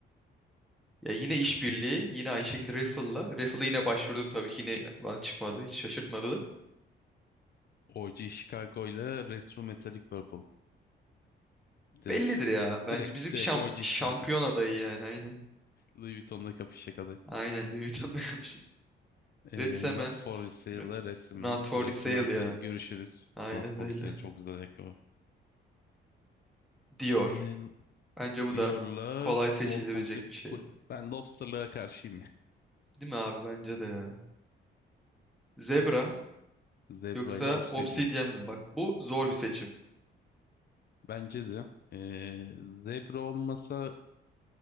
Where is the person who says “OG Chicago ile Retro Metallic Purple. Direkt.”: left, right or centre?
Left